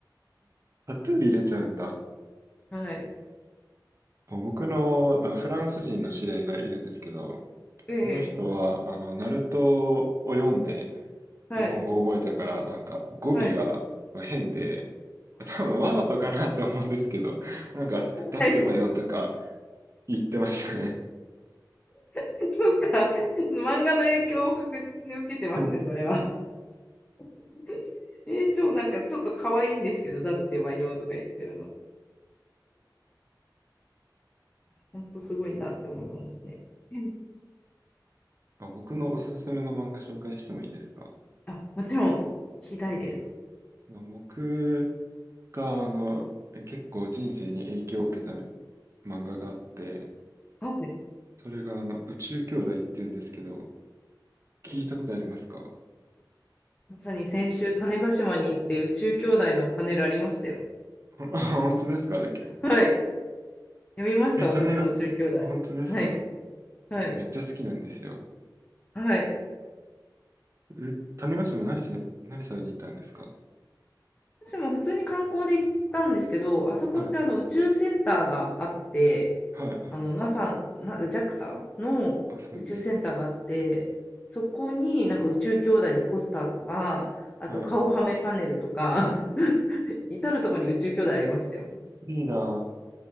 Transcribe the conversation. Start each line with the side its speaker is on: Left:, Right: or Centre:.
Right: タトゥー入れちゃうんだ。
Left: はい。
Right: 僕のなんかフランス人の知り合いがいるんですけど、
Left: ええ
Right: その人は、あの、ナルトを読んで
Left: はい。
Right: 日本語を覚えたから、なんか語尾が変で、
Left: はい。
Right: 多分わざとかなと思うんですけど、なんか、だってばよとか
Left: はい。
Right: 言ってましたね。
Left: <laughs> そっか。漫画の影響を確実に受けてますね、
Right: <laughs>
Left: それは。<laughs> えー、超なんかちょっと可愛いんですけど、だってばよとか言ってるの。ほんとすごいなって思いますね。うん
Right: あ僕のおすすめの漫画紹介してもいいですか
Left: あ、もちろん、聞きたいです。
Right: 僕が、あの、結構人生に影響を受けた漫画があって、
Left: はい。
Right: それが、あの、宇宙兄弟っていうんですけど、
Left: はい
Right: 聞いたことありますか
Left: まさに先週、種子島に行って宇宙兄弟のパネルありましたよ。
Right: あ <laughs> 本当ですか
Left: はい。読みました、
Right: え、種が、
Left: 私も宇宙兄弟。
Right: 本当ですか
Left: はい。はい。
Right: 僕めっちゃ好きなんですよ。
Left: はい。
Right: う、種子島何し、何されに行ったんですか
Left: 私も普通に観光で行ったんですけど、あそこってあの宇宙センターがあって、
Right: はい。はい、ありますね。
Left: あの NASA、なジャクサの宇宙センターがあって、
Right: あ、そうですね。
Left: そこになんか宇宙兄弟のポスターとか、あと顔はめパネルとか
Right: はい。
Left: <laughs> 至るとこに宇宙兄弟ありましたよ。
Right: いいな